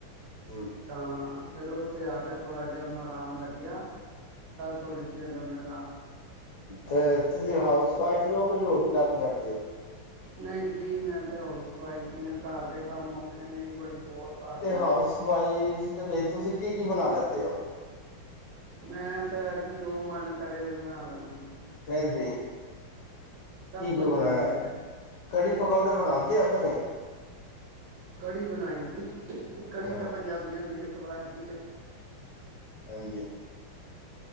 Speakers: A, on the left (about 70°); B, on the right (about 65°).
A: ਹੂੰ
B: ਤਾਂ ਫਿਰ ਉੱਥੇ ਆ ਕੇ ਥੋੜ੍ਹਾ ਜਿਹਾ ਉਹਨੂੰ ਆਰਾਮ ਲੱਗਿਆ। ਸਰ ਥੋੜੀ ਚਿਰ ਮੇ
A: ਤੇ ਤੁਸੀਂ ਹਾਊਸ ਵਾਈਫ ਵੀ ਹੋ ਕੁਝ ਹੋਰ ਵੀ ਕੰਮ ਕਰਦੇ ਹੋ।
B: ਨਹੀਂ ਜੀ ਮੈਂ ਤਾਂ ਹਾਊਸ ਵਾਈਫ ਹੀ ਹਾਂ ਘਰ ਦੇ ਕੰਮ ਮੁੱਕਦੇ ਨੇ ਨਹੀਂ ਬੜੀ ਬਹੁਤ ਆਦਰੀ
A: ਤੇ ਹਾਊਸ ਵਾਈਫ ਦੇ ਵਿੱਚ ਤੁਸੀਂ ਕੀ ਕੀ ਬਣਾ ਲੈਂਦੇ ਹੋ?
B: ਮੈਂ ਤਾਂ ਅਜ ਜੋ ਮਨ ਕਰੇ ਉਹ ਓਹੀ ਬਣਾ ਲੈਂਦੀ ਹਾਂ।
A: ਫਿਰ ਵੀ
B: ਸਭ
A: ਕੀ ਕੀ
B: ਕੁਝ ਹੀ
A: ਬਣਾਇਆ
B: ਬਣਾ ਲਈਦਾ
A: ਕੜੀ ਪਕੌੜੇ ਬਣਾਉਦੇ ਔ ਕਿ ਨਹੀਂ?
B: ਕੜ੍ਹੀ ਬਣਾਈ ਕੜ੍ਹੀ
A: ਹਾਂ
B: ਤਾਂ ਪੰਜਾਬੀਆਂ ਦੀ ਇੱਕ ਵਰਾਇਟੀ ਹੈ।
A: ਹਾਂਜੀ